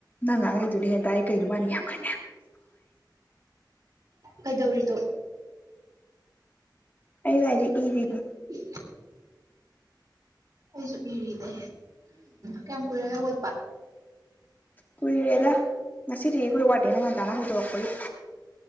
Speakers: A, on the left (about 25°); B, on the right (about 50°).
A: ꯅꯪ ꯉꯥꯡꯉꯩꯗꯨꯅ ꯍꯦꯛꯇ ꯑꯩ ꯀꯩꯅꯣ ꯃꯥꯅꯤ ꯌꯥꯝ ꯈ
B: ꯀꯩꯗꯧꯔꯤꯗꯣ
A: ꯑꯩ ꯂꯔꯤꯦ ꯏꯅꯤ
B: ꯎ ꯑꯩꯁꯨ ꯏꯔꯤꯅꯦ ꯀꯌꯥꯝ ꯀꯨꯏꯔꯒꯦ ꯍꯧꯒꯠꯄ
A: ꯀꯨꯏꯔꯦꯗ ꯉꯁꯤꯗꯤ ꯑꯩꯈꯣꯏ ꯋꯥꯗꯦ ꯅ ꯉꯟꯇꯥꯅ ꯍꯧꯗꯣꯔꯛꯄꯒꯤ